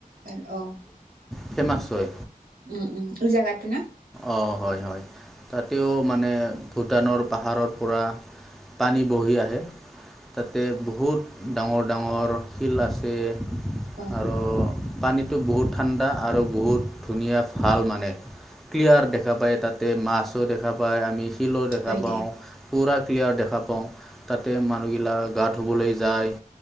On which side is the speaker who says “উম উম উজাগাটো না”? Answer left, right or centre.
Right